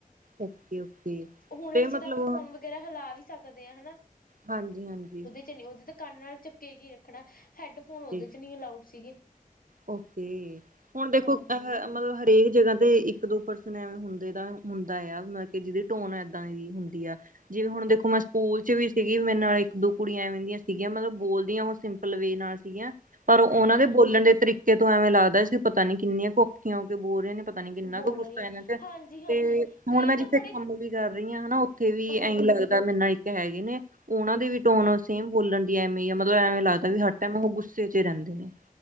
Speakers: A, on the right; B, on the left.
A: ਓਕੇ ਓਕੇ
B: ਹੁਨ
A: ਤੇ
B: ਇਸ
A: ਮਤਲਬ
B: ਚ ਤਾਂ ਆਪਾਂ ਫੋਨ ਵਗੈਰਾ ਹਿਲਾ ਵੀ ਸਕਦੇ ਆਂ ਹਨਾ।
A: ਹਾਂਜੀ-ਹਾਂਜੀ।
B: ਉਦੇ ਤਾਂ ਕੰਨ ਨਾਲ ਚਿਪਕੇ ਕੀ ਰੱਖਣਾ ਹੈਡਫੋਨ
A: ਤੇ
B: ੳਦੇ ਚ ਨੀ ਅਲਾਊਡ ਸੀਗੇ।
A: ਓਕੇ, ਹੁਣ ਦੇਖੋ
B: ਹਾਂਜੀ
A: ਅ ਮਤਲਬ ਹਰੇਕ ਜਗ੍ਹਾ ਤੇ ਇੱਕ ਦੋ ਪਰਸਨ ਐਵੇਂ ਹੁੰਦੇ ਦਾ ਹੁੰਦਾ ਆ ਮਤਲਬ ਕਿ ਜਿਹਦੀ ਟੋਨ ਏਦਾਂ ਦੀ ਹੁੰਦੀ ਆ ਜਿਵੇਂ ਹੁਣ ਦੇਖੋ ਮੈਂ ਸਕੂਲ ਚ ਵੀ ਸੀਗੀ ਮੇਰੇ ਨਾਲ ਇੱਕ ਦੋ ਕੁੜੀਆਂ ਐਵੇਂ ਦੀਆਂ ਸੀਗੀਆਂ ਮਤਲਬ ਬੋਲਦੀਆਂ ਉਹ ਸਿੰਪਲ ਵੇ ਨਾਲ ਸੀਗੀਆਂ। ਪਰ ਉਹਨਾਂ
B: ਹਮ
A: ਦੇ
B: ਹਮ
A: ਬੋਲਣ ਦੇ ਤਰੀਕੇ ਤੋਂ ਐਵੇਂ ਲੱਗਦਾ ਸੀ ਪਤਾ ਨੀ ਕਿੰਨੀਆਂ ਕੁ ਔਖੀਆਂ ਹੋ ਕੇ ਬੋਲ ਰੀਆ ਨੇ। ਪਤਾ ਨੀ
B: ਹਮ
A: ਕਿੰਨਾ
B: ਬੋਲ
A: ਕੁ ਗੁੱਸਾ
B: ਰਹੀ
A: ਇਹਨਾਂ ਚ,
B: ਹਾਂਜੀ ਹਾਂਜੀ
A: ਤੇ
B: ਕਈ
A: ਹੁਣ ਮੈਂ
B: ਤਾਂ
A: ਜਿੱਥੇ
B: ਬੜੇ
A: ਕੰਮ ਵੀ ਕਰ ਰੀ ਆ ਹਨਾ ਉੱਥੇ ਵੀ ਇਹੀ
B: ਹਾਂਜੀ
A: ਲੱਗਦਾ ਮੈਨਾ ਇੱਕ ਹੈਗੇ ਨੇ ਉਹਨਾਂ ਦੇ ਵੀ ਟੋਨ ਸੇਮ ਬੋਲਣ ਦੀ ਐਵੇਂ ਮਤਲਬ ਐਵੇਂ ਲੱਗਦਾ ਵੀ ਹੱਟ ਐ ਉਹ ਗੁੱਸੇ ਚ ਰਹਿੰਦੇ ਨੇ।